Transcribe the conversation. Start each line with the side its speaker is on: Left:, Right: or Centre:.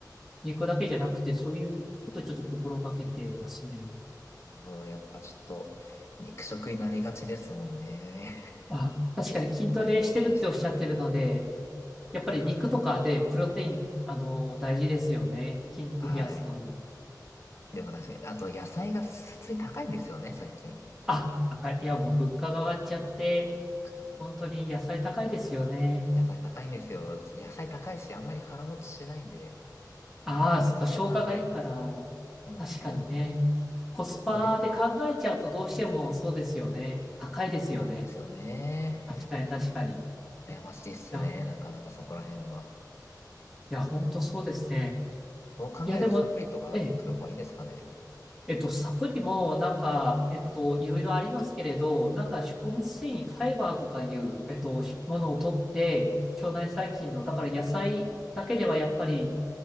Centre: 肉だけじゃなくて、そういうことをちょっと心がけてますね。
Left: もうやっぱちょっと、肉食になりがちですもんね。
Centre: あ、確かに筋トレしてるっておっしゃってるので、
Left: <laughs> 何も気にしてなかったら。
Centre: やっぱり肉とかでプロテイン、
Left: そうなんですよ。
Centre: あの、大事ですよね。筋肉増やすのに。
Left: はい。でも確かに、あと野菜が普通に高いんですよね、最近。
Centre: あ、高い。いや、もう物価が上がっちゃって、
Left: だからだって
Centre: 本当に野菜高いですよね。
Left: 野菜高いんですよ。野菜高いし、あんまり腹持ちしないんで、
Centre: ああ、
Left: やっぱコスパで考えて、
Centre: そっか、消化がいいから。
Left: そうなんですよ。
Centre: 確かにね。コスパで考えちゃうとどうしてもそうですよね。
Left: コスパで、
Centre: 高いですよね。
Left: そうなんですよね。
Centre: 確かに、確かに。い
Left: 悩ましいっすね、
Centre: や、
Left: なかなかそこら辺は。
Centre: いや、本当そうですね。
Left: そう考えるとサプリとか取る方がいいんですかね。
Centre: いや、でも、えええっと、サプリも、なんか、えっと、いろいろありますけれど、なんか、食物繊維、ファイバーとかいう、えっと、ものを取って、腸内細菌の、だから野菜だけではやっぱり